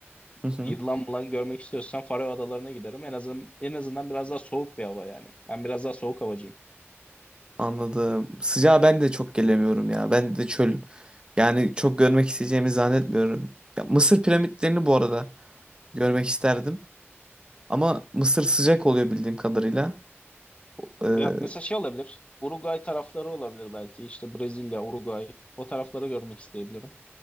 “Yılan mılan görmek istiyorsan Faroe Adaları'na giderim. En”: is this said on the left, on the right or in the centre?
Left